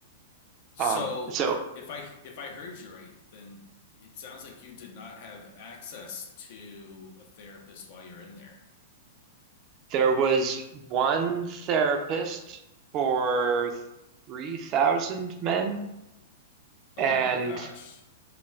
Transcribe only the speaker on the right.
Um, so
there was one therapist for 3,000 men and